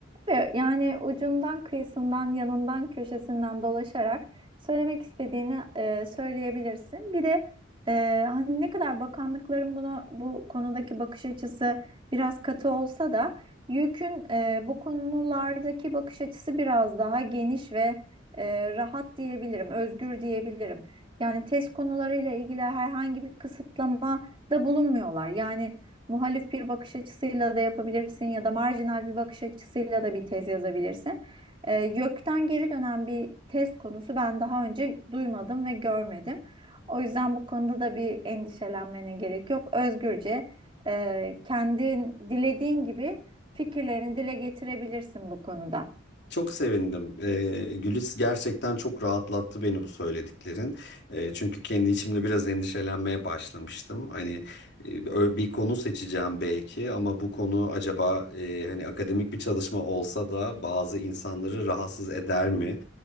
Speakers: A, on the right (about 25°); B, on the left (about 55°).
A: Ve Yani ucundan, kıyısından, yanından, köşesinden dolaşarak söylemek istediğini e, söyleyebilirsin. Bir de e, hani ne kadar bakanlıkların bunu bu konudaki bakış açısı biraz katı olsa da YÖK'ün e, bu konulardaki bakış açısı biraz daha geniş ve e, rahat diyebilirim, özgür diyebilirim. Yani test konularıyla ilgili herhangi bir kısıtlama da bulunmuyorlar. Yani muhalif bir bakış açısıyla da yapabilirsin ya da marjinal bir bakış açısıyla da bir tez yazabilirsin. Ee, gökten geri dönen bir tez konusu ben daha önce duymadım ve görmedim. O yüzden bu konuda da bir endişelenmene gerek yok. Özgürce e, kendin dilediğin gibi fikirlerini dile getirebilirsin bu konuda.
B: Çok sevindim. Ee, Gülis gerçekten çok rahatlattı beni bu söylediklerin. Ee, çünkü kendi içimde biraz endişelenmeye başlamıştım. Hani e, ö- bir konu seçeceğim belki ama bu konu acaba e, hani akademik bir çalışma olsa da bazı insanları rahatsız eder mi?